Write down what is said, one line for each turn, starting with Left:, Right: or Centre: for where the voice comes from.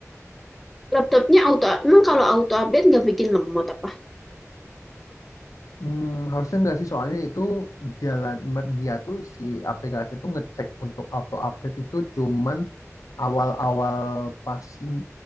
Centre: Laptopnya auto, emang kalau auto update nggak bikin lemot apa?
Left: Hmm, harusnya enggak sih, soalnya itu jalan mer- dia tuh si aplikasi tuh ngecek untuk auto update itu cuman awal-awal pas mm,